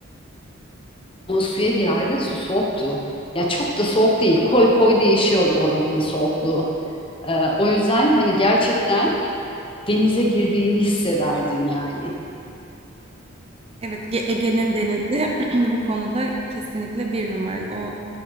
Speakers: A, on the left; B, on the right.
A: ama suya girerdin su soğuktu. Ya çok da soğuk değil koy koy değişiyordu oranın soğukluğu. E, o yüzden hani gerçekten denize girdiğini hissederdin yani.
B: Evet, Ge- Ege'nin denizi <clears throat> bu konuda kesinlikle bir numara. O